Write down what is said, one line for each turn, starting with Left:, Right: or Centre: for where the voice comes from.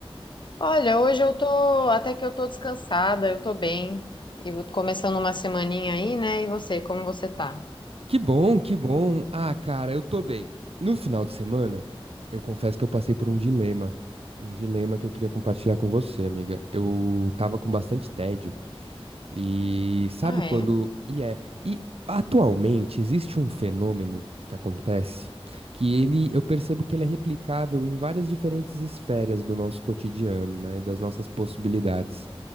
Left: Olha, hoje eu tô, até que eu tô descansada, eu tô bem. E vou- começando uma semaninha aí, né? E você, como você tá?
Right: Que bom, que bom. Ah, cara, eu tô bem. No final de semana, eu confesso que eu passei por um dilema. Um dilema que eu queria compartilhar com você, amiga. Eu tava com bastante tédio. E sabe
Left: Ah,
Right: quando.
Left: é?
Right: E é. E atualmente existe um fenômeno que acontece que ele, eu percebo que ele é replicável em várias diferentes esferas do nosso cotidiano, né? E das nossas possibilidades